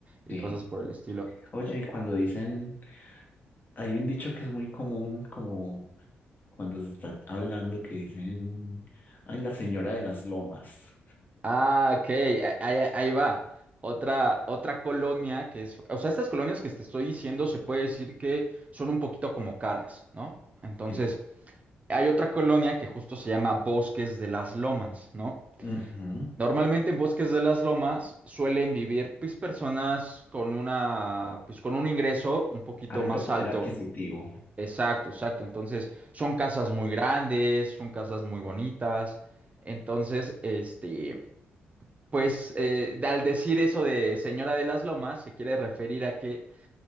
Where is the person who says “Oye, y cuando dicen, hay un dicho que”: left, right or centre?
Left